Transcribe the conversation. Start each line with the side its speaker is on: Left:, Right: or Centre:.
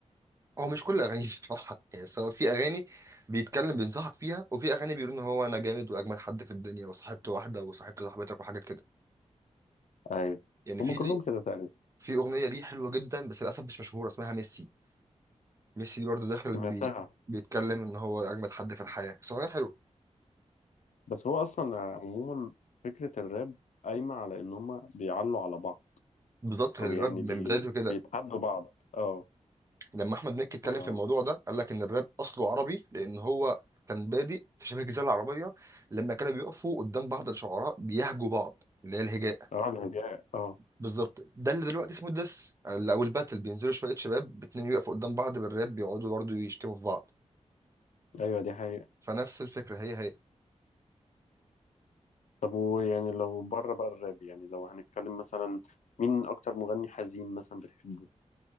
Right: هو مش كل اغانيه <laughs> بصراحه يعني سواء في اغاني بيتكلم بينصحك فيها وفي اغاني بيقول ان هو انا جامد واجمل حد في الدنيا وصاحبت واحده وصاحبت صاحبتك وحاجه كده
Left: ايوه
Right: يعني
Left: هما
Right: في
Left: كلهم
Right: ليه
Left: كده تقريبا
Right: في اغنيه ليه حلوه جدا بس للاسف مش مشهوره اسمها ميسي ميسي دي برضه داخل
Left: سمعتها
Right: بي بيتكلم ان هو اجمد حد في الحياه بس اغنيه حلوه
Left: بس هو اصلا آه، عموما فكره الراب قايمه على ان هما بيعلوا على بعض
Right: بالظبط الراب
Left: او يعني بي...
Right: من بدايته كده
Left: بيتحدوا بعض اه
Right: لما احمد مكي اتكلم
Left: اه
Right: في الموضوع ده قال لك ان الراب اصله عربي لان هو كان بادئ في شبه الجزيره العربيه لما كانوا بيقفوا قدام بعض الشعراء بيهجوا بعض اللي هي الهجاء.
Left: اه الهجاء اه
Right: بالظبط ده اللي دلوقتي اسمه الدس او الباتل بينزلوا شويه شباب اتنين يقفوا قدام بعض بالراب بيقعدوا برضه يشتموا في بعض
Left: ايوه دي حقيقه
Right: فنفس الفكره هي هي
Left: طب ويعني لو بره بقى الراب يعني لو هنتكلم مثلا مين اكتر مغني حزين مثلا بتحبه